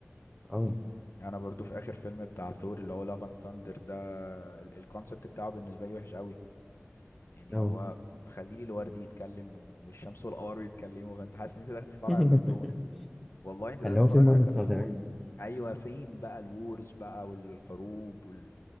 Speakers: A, in the centre; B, on the left (about 60°).
A: اه
B: انا برضو في اخر فيلم بتاع ثور اللي هو لافن ثاندر ده الكونسبت بتاعه بالنسبه لي وحش قوي يعني
A: اه
B: هو خليلي الورد يتكلم والشمس والقمر بيتكلموا فانت حاسس ان انت داخل تتفرج
A: <laughs>
B: على كرتون والله انت داخل
A: فاللي
B: تتفرج
A: هو فين مارفل
B: على كرتون
A: بتاع زمان
B: ايوه فين بقى الوورز بقى والحروب وال...